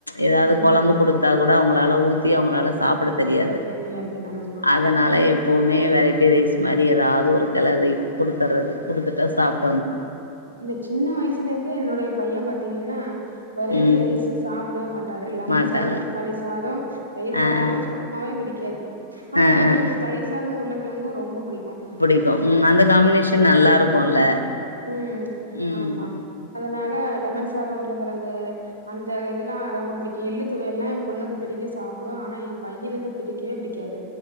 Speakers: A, on the left; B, on the right.
A: எதாவ்து
B: ம்
A: கொழம்பு குடுத்தா கூட அவுங்க நல்ல ஊத்தி அவங்க வேல சாப்ட தெரியாது
B: தெரியாது ஆமா
A: அதனால எப்பவுமே வெரைட்டி ரைஸ் மாதிரி ஏதாவது ஒரு கிளரி குடுத்துறது குடுத்துட்டா சாப்
B: இந்த சின்ன வயசுல இருந்து என்னுடைய பையன் பாத்தீங்கன்னா வெரைட்டி
A: ம்
B: ரைஸ் சாப்டவே மா டாரு லெமன்
A: மாட்டாங்க
B: சாதம் தக்காளி சாதம் தயிர்
A: ஆ
B: சாதனா
A: ஆ
B: <inaudible> பிடிக்காது ஆனா
A: ஆ
B: என்
A: ஆ
B: பொண்ணுக்கு
A: ஆ
B: தயிர் சாதமு உர்ளக் கிலங்கு ரொம்ப புடிக்
A: புடிக்கு ம் அந்த காமினேஷன் நல்லா இருக்குல்ல
B: ம்
A: ம்
B: ஆமா அதனால லெமன்ஸ் சாத உருளக்கழங்கு அந்த இதுலா ரொம்ப பிடிக்கு எள்ளு துவையல்லா எ பொண்ணுக்கு பிடிக்கு சாப்டு ஆனா எ பையனுக்கு பிடிக்கவே பிடிக்காது